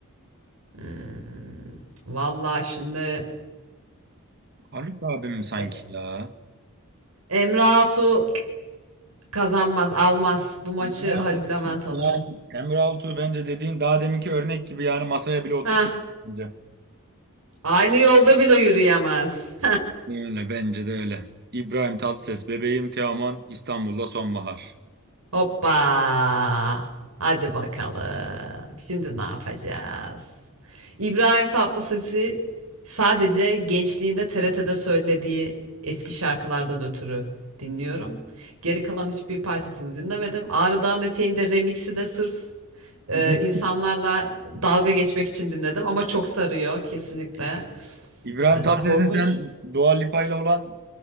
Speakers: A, on the right; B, on the right.
A: Hmm. Vallahi şimdi
B: Haluk abim sanki
A: E-
B: ya.
A: Emre Altuğ kazanmaz, almaz. Bu maçı
B: Yani,
A: Haluk Levent alır.
B: yani Emre Altuğ bence dediğin daha deminki örnek gibi yani masaya bile oturtup
A: Heh,
B: bence.
A: aynı yolda bile yürüyemez.
B: Öyle bence de öyle. İbrahim Tatlıses, bebeğim Teoman, İstanbul'da sonbahar.
A: Hoppa. Hadi bakalım. Şimdi ne yapacağız? İbrahim Tatlıses'i sadece gençliğinde TRT'de söylediği eski şarkılardan ötürü dinliyorum. Geri kalan hiçbir parçasını dinlemedim. Ağrı Dağın Eteği'nde remix'i de sırf e,
B: <laughs>
A: insanlarla dalga geçmek için dinledim ama çok sarıyor kesinlikle.
B: İbrahim
A: Hani
B: Tatlıses'in
A: korkunç.
B: sen Dua Lipa ile olan